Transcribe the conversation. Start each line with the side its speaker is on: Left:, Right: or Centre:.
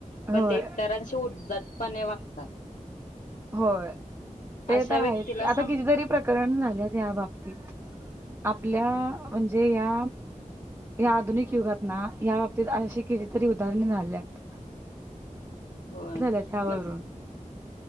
Left: पण
Right: होय
Left: ते इतरांशी उद्दात पणे वागतात
Right: होय ते
Left: अशा
Right: तर आहेत
Left: व्यक्तीला
Right: आता
Left: सम
Right: कितीतरी प्रकरण झालेत ह्या बाबतीत आपल्या
Left: हम्म
Right: म्हणजे ह्या ह्या आधुनिक युगात ना ह्या बाबतीत अशी कितीतरी उदाहरणे झाल्यात.
Left: होय
Right: झाल्यात यावरून
Left: म्हणजे